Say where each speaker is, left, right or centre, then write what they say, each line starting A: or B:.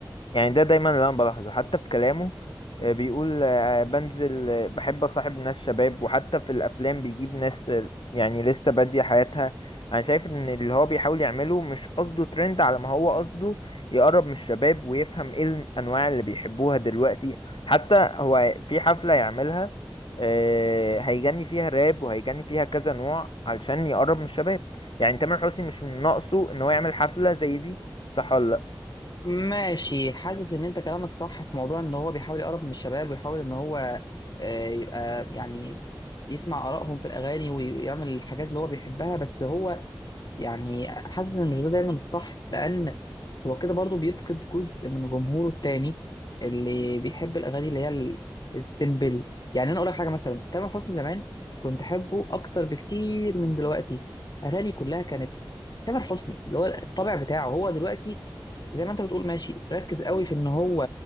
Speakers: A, on the left; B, on the left.
A: يعني ده دايما اللي انا بلاحظه حتى في كلامه آه، بيقول آه، بنزل آه، بحب اصاحب ناس شباب وحتى في الافلام بيجيب ناس آه، يعني لسه بادية حياتها انا شايف ان اللي هو بيحاول يعمله مش قصده ترند على ما هو قصده يقرب من الشباب ويفهم ايه الانواع اللي بيحبوها دلوقتي حتى هو في حفلة يعملها آه، هيغني فيها راب وهيغني فيها كذا نوع علشان يقرب من الشباب يعني تامر حسني مش من ناقصه ان هو يعمل حفلة زي دي صح ولا لا
B: ماشي حاسس ان انت كلامك صح في موضوع ان هو بيحاول يقرب من الشباب ويحاول ان هو آه، يبقى يعني يسمع آرائهم في الأغاني ويعمل الحاجات اللي هو بيحبها بس هو يعني حاسس ان مش ده دايما الصح لان هو كده برضو بيفقد جزء من جمهوره التاني اللي بيحب الاغاني اللي هي ال- السيمبل يعني انا اقول لك حاجه مثلا تامر حسني زمان كنت احبه اكتر بكتير من دلوقتي اغاني كلها كانت تامر حسني اللي هو الطبع بتاعه هو دلوقتي زي ما انت بتقول ماشي ركز قوي في ان هو